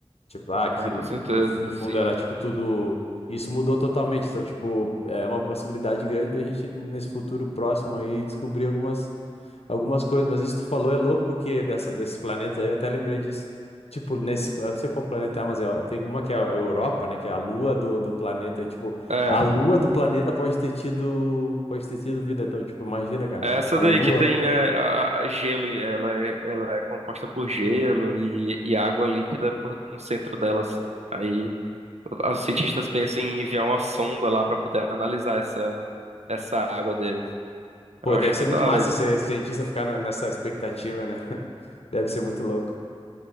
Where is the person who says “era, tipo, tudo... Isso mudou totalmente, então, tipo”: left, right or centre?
Left